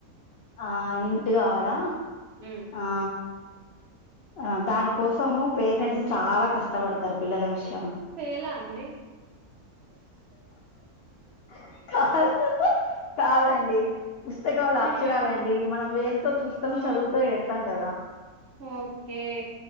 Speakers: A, on the left; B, on the right.
A: ఆ హింట్ కావాలా
B: ఉమ్
A: ఆ ఆ దాని కోసము పేరెంట్స్ చాలా కష్టపడతారు పిల్లల విషయం
B: పేలా అండి
A: హి కాదు కాదండి పుస్తకం లా
B: అయ్యయ్యో
A: అక్షరాలండి మనం వేలుతో చూస్తాం
B: ఓ
A: చదువుతో వేస్తాం కదా
B: ఓకే